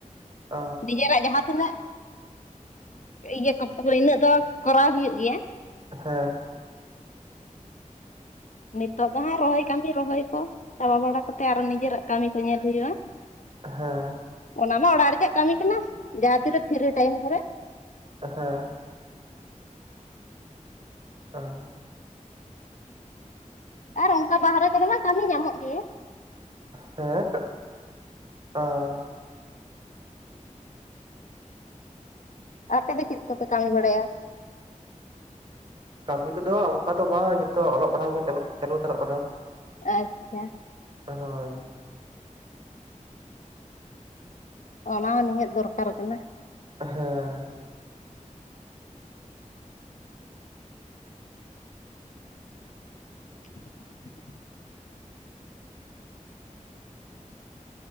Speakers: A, on the right; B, on the left.
A: ᱟ
B: ᱱᱤᱡᱮᱨᱟᱜ ᱡᱟᱦᱟᱸ ᱛᱤᱱᱟᱹᱜ <unintelligible> ᱤᱱᱟᱹᱜ ᱫᱚ ᱠᱚᱨᱟᱣ ᱦᱩᱭᱩᱜ ᱜᱮᱭᱟ᱾
A: ᱦᱮᱸ
B: ᱱᱤᱛᱚᱜ ᱫᱚ ᱦᱟᱸᱜ ᱨᱚᱦᱚᱭ ᱠᱟᱹᱢᱤ ᱨᱚᱦᱚᱭ ᱠᱚ ᱪᱟᱵᱟ ᱵᱟᱲᱟ ᱠᱟᱛᱮ, ᱟᱨᱚ ᱱᱤᱡᱮᱨᱟᱜ ᱠᱟᱹᱢᱤ ᱠᱚ ᱧᱮᱞ ᱦᱩᱭᱩᱜᱼᱟ᱾
A: ᱦᱮᱸ
B: ᱚᱱᱟ ᱢᱟ ᱚᱲᱟᱜ ᱨᱮᱭᱟᱜ ᱠᱟᱹᱢᱤ ᱠᱟᱱᱟ, ᱡᱟᱦᱟᱸ ᱛᱤᱨᱮ ᱯᱷᱤᱨᱤ ᱴᱟᱭᱤᱢ ᱠᱚᱨᱮ᱾
A: ᱦᱮᱸ <unintelligible>
B: ᱟᱨ ᱚᱱᱠᱟ ᱵᱟᱦᱨᱮ ᱠᱚᱨᱮ ᱢᱟ ᱠᱟᱹᱢᱤ ᱧᱟᱢᱚᱜ ᱜᱮ᱾
A: ᱦᱮᱸ, ᱚᱸ
B: ᱟᱯᱮ ᱫᱚ ᱪᱮᱫ ᱠᱚᱯᱮ ᱠᱟᱹᱢᱤ ᱵᱟᱲᱟᱭᱟ?
A: ᱠᱟᱹᱢᱤ ᱠᱚᱫᱚ ᱚᱱᱠᱟ ᱫᱚ ᱵᱟᱝ ᱱᱤᱛᱚᱜ ᱚᱞᱚᱜ -ᱯᱟᱲᱦᱟᱜ ᱠᱚᱜᱮ ᱪᱟᱞᱟᱜ ᱪᱟᱞᱩ ᱦᱟᱛᱟᱲᱚᱜ ᱠᱟᱱᱟ᱾
B: ᱟᱪᱪᱷᱟ
A: ᱦᱳᱭ
B: ᱚᱱᱟ ᱦᱚᱸ ᱱᱤᱦᱟᱹᱛ ᱫᱚᱨᱠᱟᱨ ᱠᱟᱱᱟ᱾
A: ᱦᱮᱸ
B: <unintelligible>